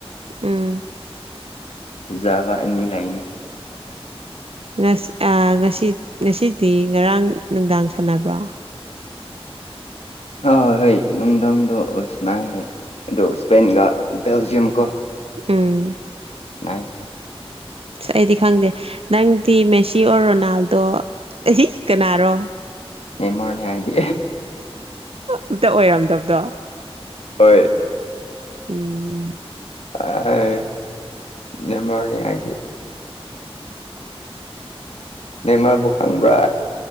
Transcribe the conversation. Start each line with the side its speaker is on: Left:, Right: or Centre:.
Right: ꯎꯝ
Left: ꯐꯖꯕ ꯑꯅꯤ ꯂꯩꯅꯤ
Right: ꯉꯠꯁ ꯑ ꯉꯁꯤ ꯉꯁꯤꯗꯤ ꯉꯔꯥꯡ ꯅꯨꯡꯗꯥꯡ ꯁꯥꯟꯅꯕ꯭ꯔꯣ
Left: ꯑ ꯍꯣꯏ ꯅꯨꯡꯗꯥꯡꯗꯣ ꯑꯣꯏ ꯁꯥꯅꯩ ꯍꯥꯏ ꯑꯗꯣ ꯏꯁꯄꯦꯟꯒ ꯕꯦꯜꯖꯤꯌꯝ ꯀꯣ
Right: ꯎꯝ
Left: ꯍꯥꯏ
Right: ꯑꯁ ꯑꯩꯗꯤ ꯈꯪꯗꯦ ꯅꯪꯗꯤ ꯃꯦꯁꯤ ꯑꯣꯔ ꯔꯣꯅꯥꯜꯗꯣ ꯀꯅꯥꯔꯣ
Left: ꯅꯦꯃꯥꯔꯅꯦ ꯍꯥꯏꯗꯤ
Right: ꯑꯝꯇ ꯑꯣꯏꯔꯝꯗꯕꯗꯣ
Left: ꯍꯣꯏ
Right: ꯎꯝ
Left: ꯑ ꯅꯦꯃꯔꯅꯤ ꯍꯥꯏꯗꯤ ꯅꯦꯃꫪꯕꯨ ꯈꯪꯕ꯭ꯔ